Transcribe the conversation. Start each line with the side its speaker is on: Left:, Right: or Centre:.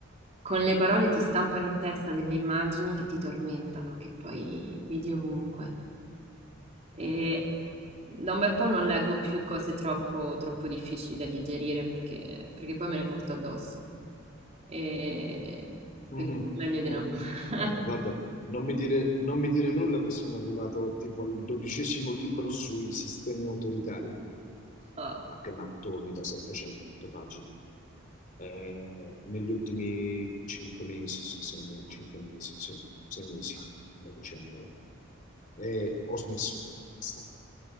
Right: con le parole ti stampano in testa delle immagini che ti tormentano, che poi vedi ovunque. E da un bel po' non leggo più cose troppo, troppo difficili da digerire perché, perché poi me le porto addosso. E quindi
Left: Mm.
Right: meglio di
Left: Mm.
Right: no.
Left: <laughs>
Right: <laughs>
Left: Guarda, non mi dire, non mi dire nulla che sono arrivato tipo al dodicesimo libro sui sistemi autoritari.
Right: Ah.
Left: Ah, che mattoni da 700 pagine. eh, negli ultimi cinque mesi, sì, sei, me- cinque mesi, sì, sei mesi da dicembre. E ho smesso. Basta,